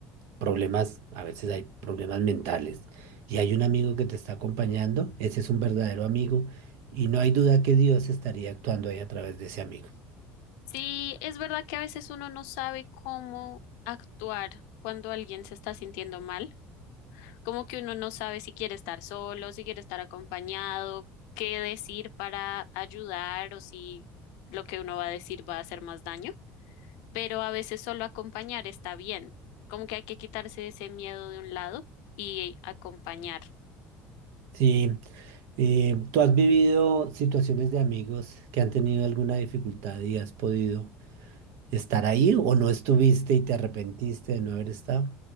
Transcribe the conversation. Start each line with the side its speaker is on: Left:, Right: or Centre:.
Right: problemas, a veces hay problemas mentales, y hay un amigo que te está acompañando, ese es un verdadero amigo, y no hay duda que Dios estaría actuando ahí a través de ese amigo.
Left: Sí, es verdad que a veces uno no sabe cómo actuar cuando alguien se está sintiendo mal. Como que uno no sabe si quiere estar solo, si quiere estar acompañado, qué decir para ayudar o si lo que uno va a decir va a hacer más daño. Pero a veces solo acompañar está bien. Como que hay que quitarse ese miedo de un lado y acompañar.
Right: Sí, eh, ¿tú has vivido situaciones de amigos que han tenido alguna dificultad y has podido estar ahí o no estuviste y te arrepentiste de no haber estado?